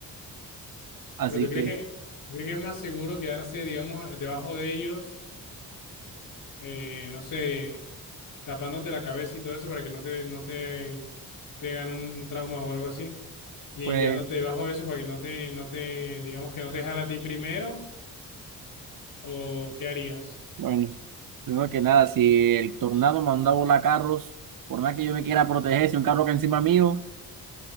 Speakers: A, on the right (about 65°); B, on the left (about 65°).
A: así
B: Pero tú crees
A: que,
B: que, tú crees que es más seguro quedarse, digamos, debajo de ellos, eh, no sé tapándote la cabeza y todo eso para que no te, no te, no te gane un, un trauma o algo así. Y
A: pues,
B: quedándote debajo de eso para que no te, no te, digamos que no te jala a ti primero, o qué harías,
A: bueno, primero que nada, si el tornado mandaba a volar carros, por más que yo me quiera proteger, si un carro que encima mío,